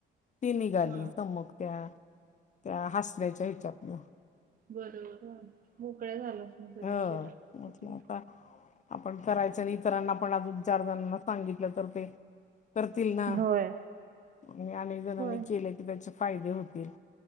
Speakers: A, on the left; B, on the right.
A: ती निघाली
B: हा हा
A: तर चमक त्या, त्या हसर्याच्या हेच्यातनं
B: बर, बर मोकळ्या झाल्या असणार सगळ्या
A: हो
B: शिरा
A: म्हटलं
B: किती?
A: आता आपण करायचं आणि इतरांना पण अजून चार जणांना सांगितलं तर ते करतील ना,
B: होय.
A: म्ह आणि अनेक जणांनी
B: होय
A: केले की त्याचे फायदे होतील.